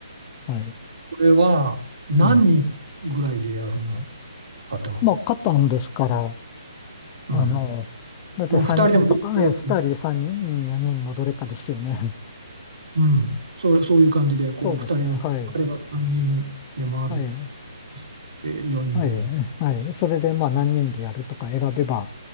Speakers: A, on the left (about 20°); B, on the right (about 75°).
A: はい。
B: それは何人ぐらいでやるの
A: うん。
B: パターン。
A: まあ、勝ったんですから、
B: うん。
A: あの、だって3人とか、
B: まあ、2人でもできると思う。
A: え、2人、3人、4人のどれかですよね。
B: うん。それ、そういう感じで、
A: <laughs> そうですね。
B: こう、2人の、
A: はい。
B: あれば3人でもあるし、
A: はい。
B: え4人でも。
A: はい。はい。それで、まあ、何人でやるとか選べば、